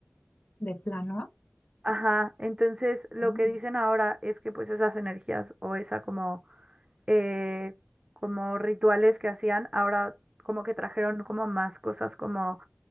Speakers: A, on the left; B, on the right.
A: De plano.
B: Ajá, entonces lo
A: Mm.
B: que dicen ahora es que pues esas energías o esa como, eh, como rituales que hacían, ahora como que trajeron como más cosas como